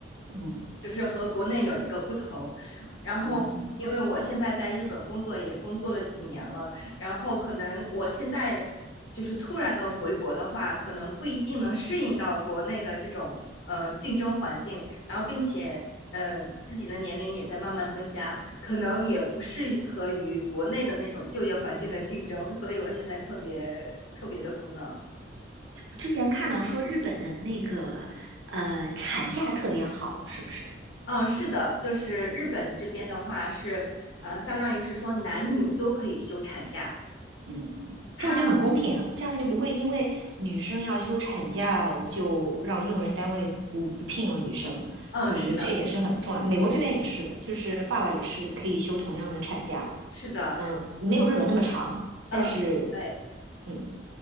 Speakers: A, on the right; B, on the left.
A: 嗯
B: 就是和国内有一个不同。然后，
A: 嗯，
B: 因为我现在在日本工作也工作了几年了，然后可能我现在就是突然的回国的话，可能不一定能适应到国内的这种呃竞争环境，然后并且。嗯、呃，自己的年龄也在慢慢增加，可能也不适合于国内的那种就业环境的竞争，所以我现在特别特别的苦恼。
A: 之前看到说日本的那个呃产假特别好，是不是？
B: 嗯，是的，就是日本这边的话是，呃，相当于是说男女都可以休产假。
A: 嗯嗯，
B: 他，
A: 这样就很公平啊，这样就不会因为女生要休产假就让用人单位不不聘用女生，
B: 嗯，
A: 所以我觉得这点是很重要。
B: 是的，
A: 美国这边也是的，就是爸爸也是可以休同样的产假的，
B: 是的，
A: 呃，没有日本那么长，
B: 嗯，
A: 但是
B: 对。
A: 嗯